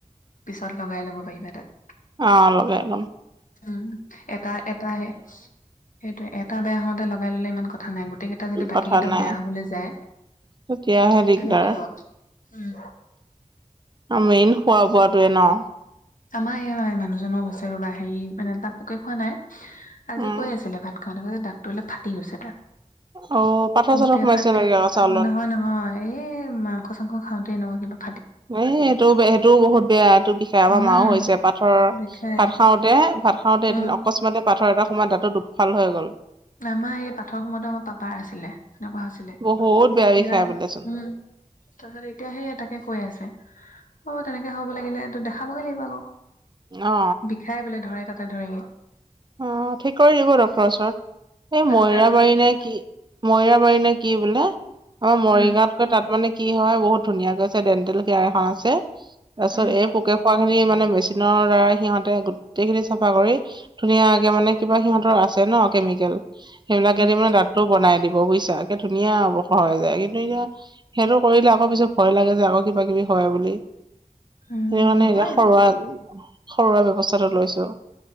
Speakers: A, on the left; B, on the right.
A: পিছত লগাই ল'ব পাৰিবা তাত।
B: অ, লগাইলম।
A: উম, এটা-এটাহে, সেইটোয়ে টা বেয়া হওঁতে লগাই ললে ইমান কথা নাই, গোটেইকেইটা যদি বাকীকেইটাক
B: কথা নাই
A: বেয়া হ'বলৈ যায়
B: তেতিয়াহে দিগদাৰ
A: এনে কি হ, উম।
B: মেইন খোৱা-বোৱাটোৱে ন।
A: আমাৰ এয়া নাই মানুহজনো হৈছে ৰবা হেৰি মানে তাত পোকে খোৱা নাই, আজি
B: উম
A: কৈ আছিলে ভাত <unintelligible> দাগটো অলপ ফাটি গৈছে তাক।
B: অ পাথৰ
A: এতিয়া
B: চাথৰ সোমাইছে
A: ফাটি,
B: নেকি আকৌ চাউলত
A: নহয়-নহয় এই মাংস-চাংস খাওঁ <inaudible>
B: এ সেইটোও, সেইটোও বহুত বেয়া। বিষায় আমাৰ
A: উম
B: মাও হৈছে পাথৰ,
A: বিষাই
B: ভাত খাওঁতে, ভাত খাওঁতে
A: উম
B: এদিন অকস্মাতে পাথৰ এটা সোমাই দাততো দুপফাল হৈ গ'ল।
A: আমাৰ এই পাথৰ সময়তে আমাৰ পাপাৰ আছিলে। তেনেকুৱা হৈছিলে, <unintelligible>
B: বহুত বেয়া বিষাই বোলেচোন
A: উম। তাৰপিছত এতিয়াহে তাকে কৈ আছে। অ' তেনেকে হ'ব লাগিলে এইটো দেখাবগে লাগিব আকৌ,
B: অ
A: বিষাই বোলে ধৰে তাত ধৰেগে
B: অ', ঠিক কৰি দিব ডক্টৰৰ ওচৰত। এই
A: প্লাষ্টাৰ
B: ময়ৰাবাৰী
A: কৰিব এইটো
B: নে কি, ময়ৰাবাৰী নে কি বোলে। অ মৰিগাঁৱতকৈ
A: উম
B: তাত মানে কি হয় বহুত ধুনীয়াকৈ আছে ডেণ্টেল কেয়াৰ এখন আছে, তাৰ পিছত
A: উম
B: এই পোকে খোৱা খিনি মানে মেচিনৰ সিহঁতে গোটেইখিনি চাফা কৰি ধুনীয়াকে মানে কিবা সিহঁতৰ আছে ন কেমিকেল। সেইবিলাকেদি
A: উম
B: মানে দাঁতটো বনাই দিব বুজিছা একে ধুনীয়া অৱসৰ হৈ যায়, কিন্তু এতিয়া সেইটো কৰিলে আকৌ পিছত ভয় লাগে যে আকৌ কিবা-কিবি হয় বুলি
A: উম
B: সেইকাৰণে
A: নহয়
B: এতিয়া সৰোৱা-সৰোৱা
A: আকৌ
B: ব্যৱস্থাটো লৈছো।